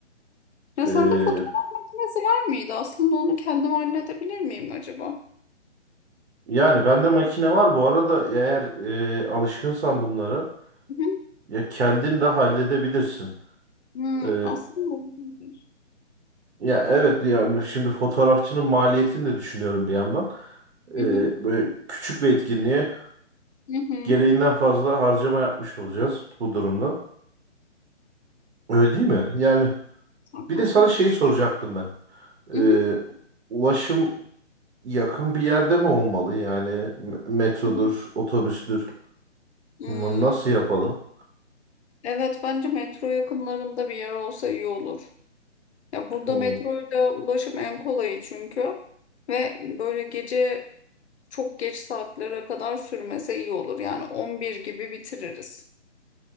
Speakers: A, on the left; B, on the right.
A: Ya
B: E,
A: sende fotoğraf makinesi var mıydı? Aslında onu kendim halledebilir miyim acaba?
B: yani bende makine var bu arada eğer e, alışkınsan bunlara
A: Hı hı.
B: ya kendin de halledebilirsin.
A: Hı,
B: E,
A: aslında olabilir.
B: ya evet yani şimdi fotoğrafçının maliyetini de düşünüyorum bir yandan. E,
A: Hı hı.
B: böyle küçük bir etkinliğe
A: Hı hı.
B: gereğinden fazla harcama yapmış olacağız bu durumda. Öyle değil mi? Yani
A: Haklısın.
B: bir de sana şeyi soracaktım ben.
A: Hı
B: Ee,
A: hı,
B: ulaşım yakın bir yerde mi olmalı? Yani m- metrodur,
A: hı hı.
B: otobüstür.
A: Hmm,
B: N- Nasıl yapalım?
A: Evet bence metro yakınlarında bir yer olsa iyi olur. Ya burada
B: Hmm.
A: metroyla ulaşım en kolayı çünkü ve böyle gece çok geç saatlere kadar sürmese iyi olur. Yani 11 gibi bitiririz.